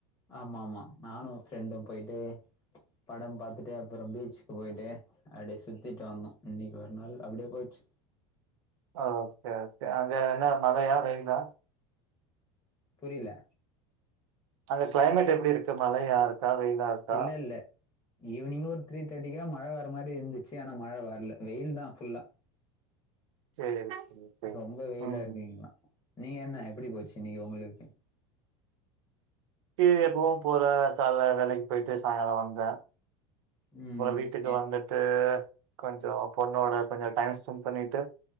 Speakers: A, on the left; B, on the right.
A: ஆமா மா நானு ஃப்ரெண்டு போய்ட்டு படம் பாத்துட்டு அப்ற பீச்க்கு போய்ட்டு அப்டியே சுத்திட்டு வந்தோ இன்னைக்கு ஒரு நாள் அப்டியே போச்சு
B: ஓ ஓகே ஓகே அங்க என்ன மழயா வெயிலா
A: புரில
B: அங்க கிளைமேட் எப்டி இருக்கு மழயாருக்கா வெயிலா இருக்கா?
A: இல்லல்ல ஈவினிங்க் ஒரு த்ரீ தேர்ட்டிக்கா மழ வர மாரி இருந்துச்சு ஆனா மழ வரல வெயில் தா ஃபுல்லா
B: சேரி சேரி சேரி
A: ரொம்ப வெயிலா
B: ம்
A: இருக்கீங்களா
B: ம்
A: நீங்க என்ன எப்டி போச்சு இன்னிக்கி உங்ளுக்கு
B: தீவு எப்பவு போற தால வேலைக்கு போய்ட்டு சாயங்கால வந்த
A: ம்
B: வீட்டுக்கு
A: ஏ
B: வந்துட்டு கொஞ்சோ பொண்ணோட கொஞ்சோ டைம் ஸ்பென்ட் பண்ணிட்டு